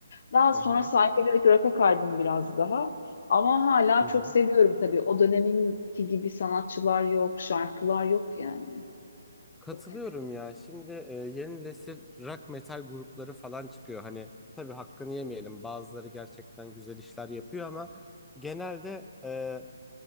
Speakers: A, on the left (about 55°); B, in the centre.
A: Daha sonra
B: Hı hı.
A: psychedelic rock'a kaydım biraz daha. Ama hala
B: Hı
A: çok
B: hı.
A: seviyorum tabii. O döneminki gibi sanatçılar yok, şarkılar yok yani.
B: Katılıyorum
A: Çok kaliteli.
B: ya. Şimdi e, yeni nesil rock metal grupları falan çıkıyor. Hani tabii hakkını yemeyelim. Bazıları gerçekten güzel işler yapıyor ama genelde e,